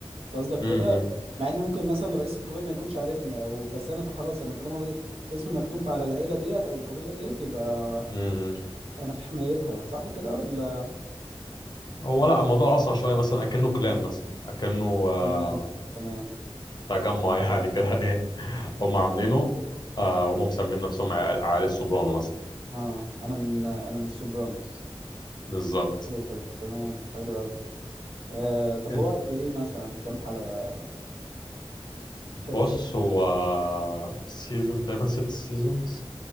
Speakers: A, on the right (about 90°); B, on the left (about 45°).
A: قصدك
B: امم
A: كده مع ان ممكن مثلا رئيس القبيله ما يكونش عارفني او بس انا خلاص انا طالما بقيت اسمي مكتوب على العيله ديت او القبيله ديت يبقى
B: امم
A: انا في حمايتها صح كده ولا
B: هو لا الموضوع اصعب شويه مثلا اكنه كلان مثلا اكنه آه،
A: تمام تمام
B: تجمع <laughs> يعني كده ايه هم عاملينه آه، هم مسمين نفسهم عيال عيال السوبرانو مثلا
A: اه انا من انا من السوبرانوس
B: بالظبط
A: حلو كده تمام حلو قوي آه طب
B: انت
A: هو قد ايه مثلا كام حلقه كام
B: بص
A: سي
B: هو سيزون تقريبا ست سيزونز